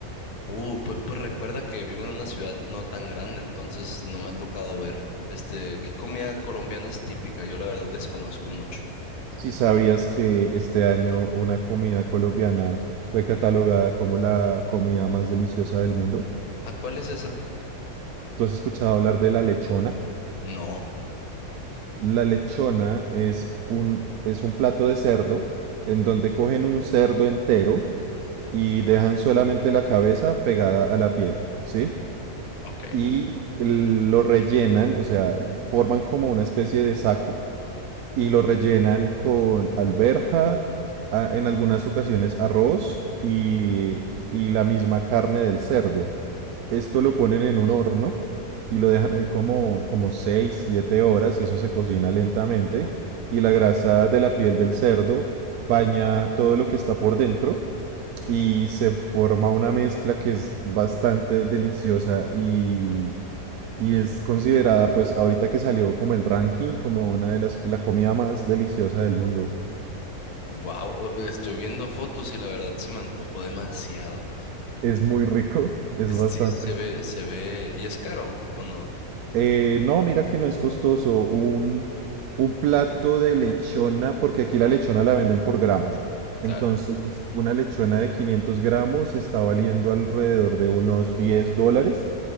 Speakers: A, on the left; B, on the right.
A: Uh, pu- pues, recuerda que vivo en una ciudad no tan grande, entonces no me ha tocado ver, este, qué comida colombiana es típica. Yo la verdad desconozco mucho.
B: Si sabías que este año una comida colombiana fue catalogada como la comida más deliciosa del mundo,
A: Ah, ¿cuál es esa?
B: ¿tú has escuchado hablar de la lechona?
A: No,
B: La lechona es un, es un plato de cerdo en donde cogen un cerdo entero y dejan solamente la cabeza pegada a la piel, ¿sí?
A: ok.
B: Y lo rellenan, o sea, forman como una especie de saco y lo rellenan con alberja, a- en algunas ocasiones arroz y, y la misma carne del cerdo. Esto lo ponen en un horno y lo dejan ahí como, como 6 7 horas y eso se cocina lentamente y la grasa de la piel del cerdo baña todo lo que está por dentro y se forma una mezcla que es bastante deliciosa y, y es considerada pues ahorita que salió como el ranking como una de las la comida más deliciosa del mundo.
A: Wow, estoy viendo fotos y la verdad se me antojó demasiado.
B: Es muy rico, es
A: Es-
B: bastante
A: Sí, se ve, se ve, ¿y es caro o no?
B: Eh, no, mira que no es costoso. Un, un plato de lechona, porque aquí la lechona la venden por gramos.
A: Claro.
B: Entonces, una lechona de 500 gramos está valiendo alrededor de unos 10 dólares.